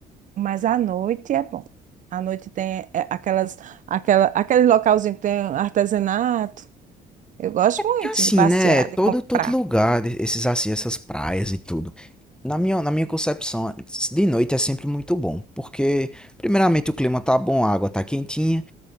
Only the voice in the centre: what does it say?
Que assim,
né? Todo,
todo lugar, né, esses assim, essas praias e tudo. Na minha, na minha concepção, de noite é sempre muito bom, porque primeiramente o clima tá bom, a água tá quentinha,